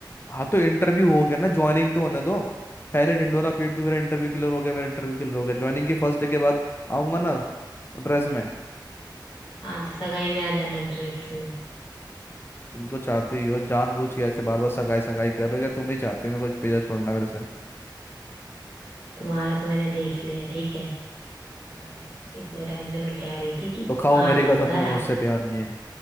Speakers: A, on the left (about 30°); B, on the left (about 80°).
A: हाँ तो इंटरव्यू हो गया ना ज्वाइनिंग तो होने दो पहले ढिंडोरा पीट दूं मेरा इंटरव्यू क्लियर हो गया मेरा इंटरव्यू क्लियर हो गया ज्वाइनिंग की फर्स्ट डे के बाद आऊंगा ना ड्रेस में
B: हाँ तो सगाई में आ जाना ड्रेस में
A: तुम तो चाहते ही हो जानबूझ के ऐसे बार बार सगाई सगाई कर रहे हो क्या तुम ही चाहती हो मैं कुछ पीछा छोड़ना मेरे से
B: तुम्हारा तो मैंने देख लिया ठीक है बढ़िया है इतने टाइम से मैं कह रही थी कि
A: तो खाओ
B: आ
A: मेरी
B: जाओ
A: कसम
B: घर
A: तुम्हें
B: आ
A: मुझसे
B: जाओ
A: प्यार नहीं है